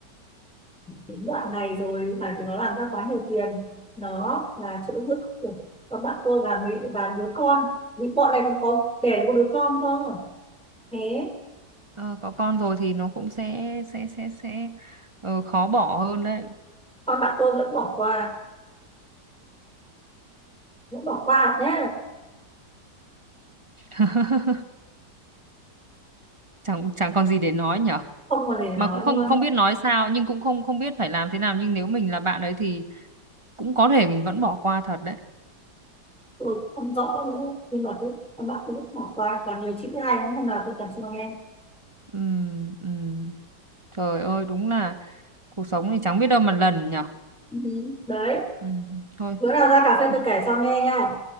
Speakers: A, in the centre; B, on the right (about 15°).
A: đến đoạn này rồi phải thì nó làm ra quá nhiều tiền nó là chỗ dựa của các bạn tôi và mấy và đứa con vì bọn này còn có đẻ được một đứa con cơ thế
B: ờ, có con rồi thì nó cũng sẽ sẽ sẽ sẽ Ờ, khó bỏ hơn đấy
A: con bạn tôi vẫn bỏ qua vẫn bỏ qua nhé
B: <laughs> chẳng chẳng còn gì để nói nhở
A: không còn gì để nói
B: mà cũng không
A: luôn
B: không biết nói sao nhưng cũng không không biết phải làm thế nào nhưng nếu mình là bạn ấy thì cũng có thể mình vẫn bỏ qua thật đấy
A: tôi không rõ nữa nhưng mà cứ con bạn tôi vẫn bỏ qua còn nhiều chuyện hay lắm, hôm nào tôi kể cho nghe
B: ừm, ừm. Trời ơi đúng là cuộc sống thì chẳng biết đâu mà lần nhở.
A: Ừ, đấy
B: Ừ, thôi.
A: bữa nào ra cà phê
B: Ừ,
A: tôi kể cho nghe nha